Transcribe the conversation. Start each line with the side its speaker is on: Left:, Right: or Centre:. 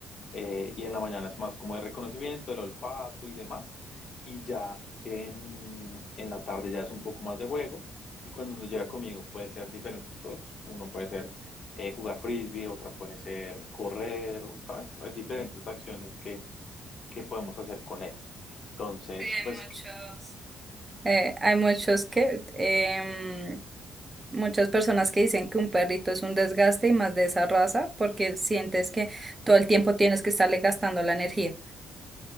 Left: eh, y en la mañana es más como de reconocimiento, el olfato y demás. Y ya en, en la tarde ya es un poco más de juego. Y cuando llega conmigo puede ser diferentes cosas. Uno puede ser eh, jugar frisbee, otra puede ser correr, o, ¿sabes? Hay diferentes acciones que, que podemos hacer con él. Entonces,
Right: Sí, hay
Left: pues
Right: muchos. eh, hay muchos que, em, muchas personas que dicen que un perrito es un desgaste y más de esa raza porque sientes que todo el tiempo tienes que estarle gastando la energía.